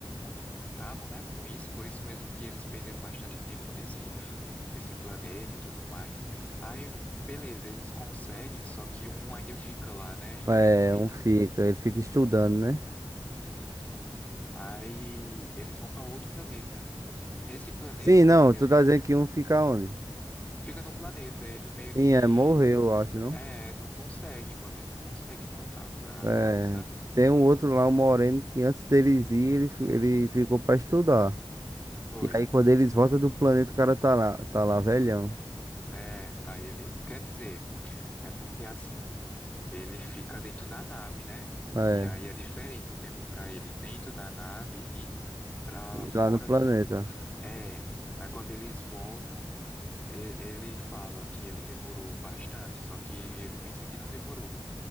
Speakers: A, on the left; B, on the right.
A: não contavam, né, com isso, por isso mesmo que eles perderam bastante tempo nesse, nesse planeta e tudo mais. Aí, beleza, eles conseguem, só que um ainda fica lá, né? Infelizmente,
B: É, um fica,
A: um
B: ele fica estudando, né?
A: Sim, sim. Aí eles vão para outro planeta. E nesse planeta,
B: Sim, não,
A: ele
B: tu tá dizendo que um fica onde?
A: fica no planeta, ele meio
B: Sim,
A: que
B: é, morreu, eu acho, não?
A: é, não consegue, mano, ele não consegue voltar pra
B: É,
A: nave, sabe?
B: tem um outro lá, um moreno, que antes deles ir, ele, fi- ele ficou pra estudar.
A: Foi.
B: E aí quando eles voltam do planeta, o cara tá lá, tá lá velhão.
A: É, aí ele, quer dizer, é porque assim, ele fica dentro da nave, né?
B: É,
A: E aí é diferente o tempo pra ele dentro da nave e pra fora
B: lá no planeta.
A: do é. Aí quando eles voltam, e- ele fala que ele demorou bastante, só que ele pensa que não demorou.